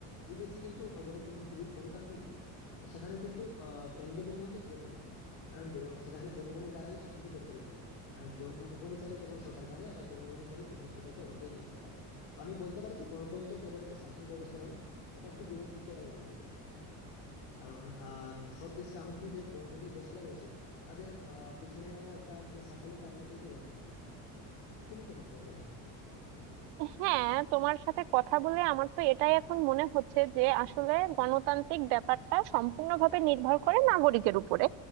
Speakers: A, on the left; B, on the right.
A: দুই দেশই কিন্তু আহ, গণতন্ত্রের গণতান্ত্রিক দেশ তো সেখানে কিন্তু আহ, কেন্দ্রবিন্দু হচ্ছে জনগণই কারণ জ- সেখানে জনগণের দ্বারাই সবকিছু পরিচালিত হয় কারণ জনগণই চাইলে যে কোনো সরকারকে আনে আবার জনগণই চাইলে যে কোনো সরকারকে ওখান থেকে নিয়ে যেতে পারে তো আমি বলতে পারি যে গণতন্ত্র কেবল একটি শাসন ব্যবস্থা নয় ওটা একটি জীবন চর্চাও বলা যেতে পারে কারণ আহ সব দেশে আমার মনে হয় যে গণতান্ত্রিক দেশগুলো রয়েছে তাদের আহ পিছনেও একটা মানে সাফল্যের কারণ হচ্ছে হয়তো গণতন্ত্র কি তুমি কি মনে করো বলো
B: হ্যাঁ তোমার সাথে কথা বলে আমার তো এটাই এখন মনে হচ্ছে যে আসলে গণতান্ত্রিক ব্যাপারটা সম্পূর্ণভাবে নির্ভর করে নাগরিকের উপরে